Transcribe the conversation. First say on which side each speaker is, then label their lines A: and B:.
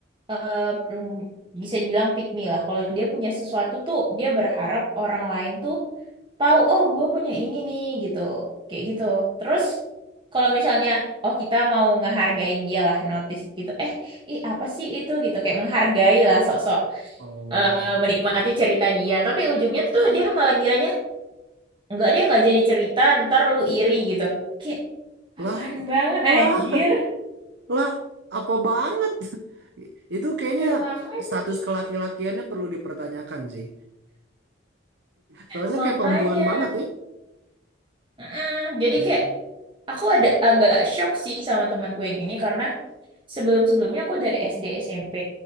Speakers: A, on the right (about 25°); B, on the right (about 60°).
A: eh, belum- bisa dibilang pick me lah. Kalau dia punya sesuatu tuh dia berharap orang lain tuh tahu, oh gue punya ini nih gitu, kayak gitu. Terus kalau misalnya, oh kita mau ngehargain dia lah, notice gitu. Eh, ih apa sih itu gitu, kayak menghargai lah sok
B: Oh.
A: eh, menikmati cerita dia tapi ujungnya tuh dia malah ngiranya enggak dia nggak jadi cerita ntar lu iri gitu kayak apaan
B: Lah,
A: banget
B: lah.
A: anjir
B: Lah, apa banget? <laughs> Itu kayaknya
A: nah makanya
B: status kelaki-lakiannya perlu dipertanyakan sih. Soalnya
A: makanya
B: kayak perempuan banget ya.
A: Mm-mm. jadi
B: Hmm.
A: kayak aku ada agak shock sih sama temanku yang ini karena sebelum-sebelumnya aku dari SD SMP